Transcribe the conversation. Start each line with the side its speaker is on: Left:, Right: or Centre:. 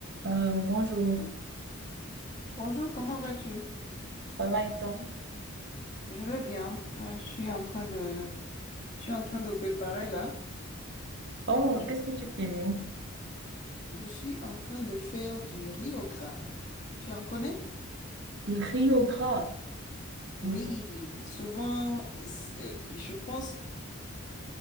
Right: Euh, bonjour,
Left: Bonjour, comment vas-tu?
Right: ça va et toi?
Left: Je vais bien. Euh, je suis en train de, je suis en train de préparer là.
Right: Oh,
Left: Je,
Right: qu'est-ce que tu cuisines?
Left: je suis en train de faire du riz au gras. Tu en connais?
Right: Le riz au gras.
Left: Oui,
Right: Mm.
Left: souvent, c'est- je pense,